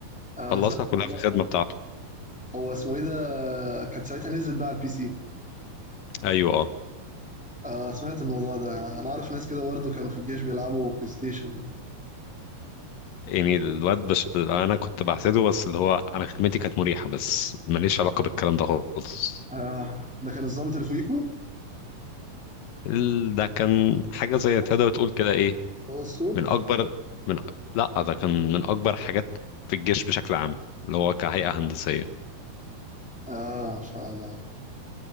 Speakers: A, in the centre; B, on the left (about 75°).
A: انا
B: خلصها
A: سمعت الموضوع
B: كلها في الخدمة
A: ده
B: بتاعته
A: هو اسمه ايه ده كان ساعتها نزلت بقى على البي سي
B: ايوه اه
A: آه سمعت الموضوع ده انا اعرف ناس كده برضو كانوا في الجيش بيلعبوا بلاي ستيشن
B: يعني الواد بش انا كنت بحسده بس اللي هو انا خدمتي كانت مريحة بس ماليش علاقة بالكلام ده خالص
A: آه ده كان الضابط اللي فوقيكوا
B: ال- ده كان حاجة
A: الصوت؟
B: زي تقدر تقول كده ايه
A: ده هو السود
B: من اكبر من لا ده كان من اكبر حاجات في الجيش بشكل عام اللي هو كهيئة هندسية
A: اه ان شاء الله